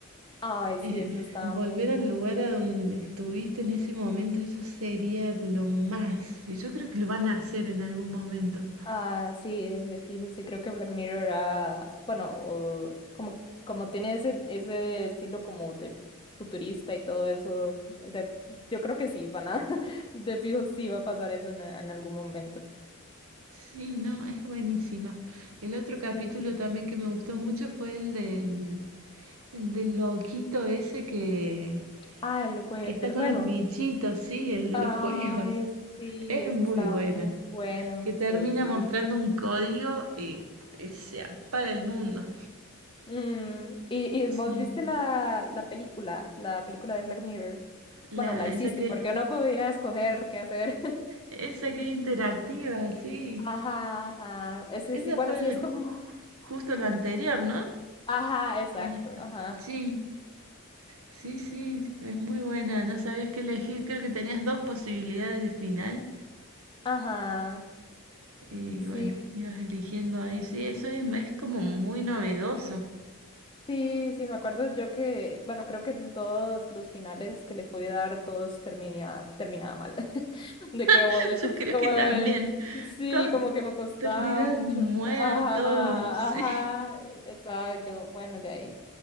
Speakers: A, on the left (about 20°); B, on the right (about 80°).
A: Ay,
B: Eh,
A: sí, eso estaba
B: volver
A: muy...
B: al lugar a donde estuviste en ese momento, eso sería lo más. Y yo creo que lo van a hacer en algún momento.
A: Ah, sí, de fijo, sí, creo que Black Mirror ah, bueno, o como, como tiene ese, ese estilo como de futurista y todo eso, de, yo creo que sí, van a, <laughs> de fijo sí va a pasar eso en, en algún momento.
B: Sí, no, es buenísima. El otro capítulo
A: Sí.
B: también que me gustó mucho fue el del, el del loquito ese que,
A: Ah, el jue-
B: que está
A: del
B: con
A: juego.
B: los bichitos, sí, el de
A: Ay,
B: los juegos.
A: sí,
B: Es
A: ese
B: muy
A: estaba
B: buena.
A: muy bueno,
B: Que termina
A: sí, sí.
B: mostrando un código y, y se apaga el mundo.
A: Mm, ¿y, y
B: Sí.
A: vos viste la, la película, la película de Black Mirror?
B: La,
A: Bueno, la hiciste,
B: esa que,
A: porque no podía escoger qué hacer.
B: esa que es interactiva, sí.
A: Ajá, ajá. Ese
B: Ese
A: sí, bueno,
B: fue
A: sí
B: el-
A: es como.
B: justo lo anterior, ¿no?
A: Ajá, exacto,
B: Listo.
A: ajá.
B: Sí, sí, sí, es muy buena. No sabías qué elegir. Creo que tenías dos posibilidades de final.
A: Ajá.
B: Y
A: Sí,
B: bueno, ibas eligiendo ahí. Sí, eso es, es como muy novedoso.
A: sí, sí, me acuerdo yo que, bueno, creo que en todos los finales que le pude dar, todos termina, terminaba mal. <laughs> De que
B: <laughs>
A: o el,
B: Yo creo
A: o
B: que también.
A: el- sí,
B: Todos
A: como que me costaba
B: terminaban
A: mucho.
B: muertos.
A: Ajá,
B: Sí,
A: ajá. Estaba yo, bueno, de ahí.